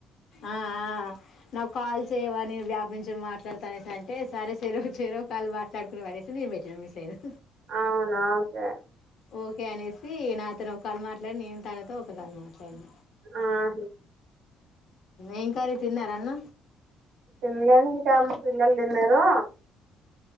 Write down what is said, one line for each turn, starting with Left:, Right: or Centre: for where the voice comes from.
Left: ఆ ఆ నాకు కాల్ చేయమని వ్యాపించ మాట్లాడతానే అంటే సరే సర చేరో కాళ్లు మాట్లాడుకునే అనేసి నేను పెట్టినా మిస్ అ్యను
Right: అనా ఓకే
Left: ఓకే అనేసి నాతను ఒక కాళ మాట్లాడి నేను తనతో ఒక కాళ మాట్లాడి
Right: ఆహా
Left: ఏం కారీ తిన్నార అన్న
Right: పిల్లలు ఇంకా అమ్మ పిల్లలు తిన్నారు